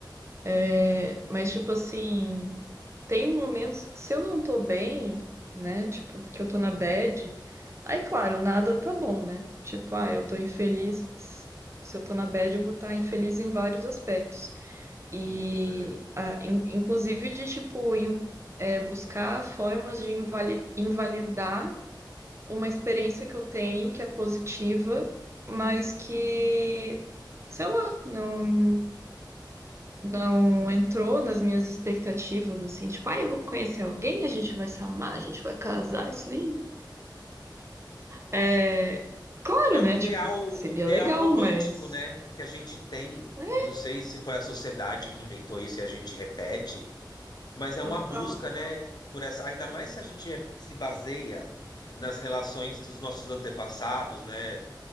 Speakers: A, on the right (about 35°); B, on the left (about 60°).
A: É, mas, tipo assim, tem momentos, se eu não tô bem, né? Tipo, que eu tô na bad, aí, claro, nada tá bom, né? Tipo, ah, eu tô infeliz. Se eu tô na bad, eu vou estar infeliz em vários aspectos. E,
B: Sim, com certeza.
A: ah, in- inclusive, de, tipo, in- é, buscar formas de invali- invalidar uma experiência que eu tenho que é positiva, mas que, sei lá, não não entrou nas minhas expectativas, assim, tipo, ah, eu vou conhecer alguém, a gente vai se amar, a gente vai casar, isso nem. É, claro,
B: É
A: né?
B: um ideal,
A: Tipo, seria
B: um ideal
A: legal,
B: romântico,
A: mas.
B: né? Que a gente tem.
A: Né?
B: Eu não sei se foi a sociedade que inventou isso e a gente repete, Mas é
A: Total.
B: uma busca, né, por essa, ainda mais se a gente se baseia nas relações dos nossos antepassados, né,